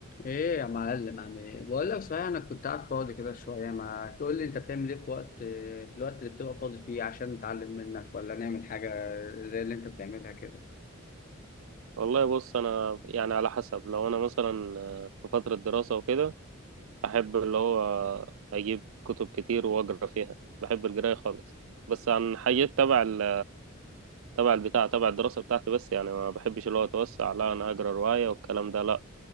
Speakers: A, on the left; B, on the right.
A: ايه يا معلم عم ايه بقول لك صحيح انا كنت قاعد فاضي كده شويه ما تقول لي انت بتعمل ايه في وقت في الوقت اللي بتبقى فاضي فيه عشان نتعلم منك ولا نعمل حاجه زي اللي انت بتعملها كده
B: والله بص انا يعني على حسب لو انا مثلا آه، في فتره دراسه وكده احب اللي هو اجيب كتب كتير واقرا فيها بحب القرايه خالص بس عن حاجات تبع ال- تبع البتاع تبع الدراسه بتاعتي بس يعني ما بحبش اللي هو اتوسع لا انا اقرا روايه والكلام ده لا